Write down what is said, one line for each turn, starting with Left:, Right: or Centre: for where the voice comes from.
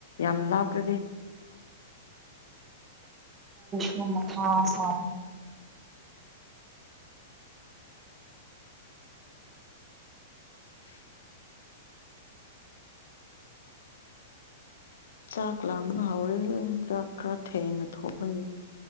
Left: ꯌꯥꯝ ꯂꯥꯞꯄ꯭ꯔꯗꯤ
Right: ꯍ ꯃ ꯈꯥꯁ
Left: <inaudible> ꯆꯥꯛ ꯂꯥꯝꯕ ꯍꯥꯎꯔꯦ ꯆꯥꯛ ꯈꯔ ꯊꯦꯡꯉ ꯊꯣꯡꯉꯌꯦ